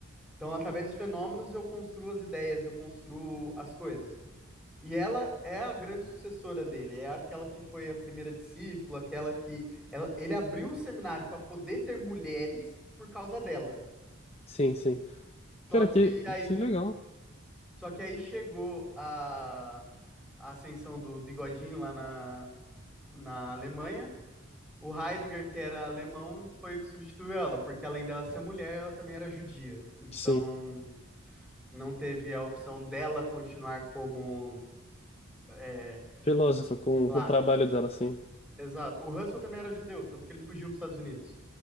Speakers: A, in the centre; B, on the left.
A: Então, através dos fenômenos, eu construo as ideias, eu construo as coisas. E ela é a grande sucessora dele, é aquela que foi a primeira discípula, aquela que. Ela, ele abriu o seminário para poder ter mulheres por causa dela.
B: Sim, sim. Cara,
A: Só que
B: que,
A: aí,
B: que legal.
A: só que aí chegou a, a ascensão do Bigodinho lá na, na Alemanha. O Heidegger, que era alemão, foi o que substituiu ela, porque além dela ser mulher, ela também era judia. Então,
B: Sim.
A: não teve a opção dela continuar como é,
B: Filósofa, com,
A: lá.
B: com o trabalho dela, sim.
A: Exato. O Russell também era judeu, tanto que ele fugiu para os Estados Unidos.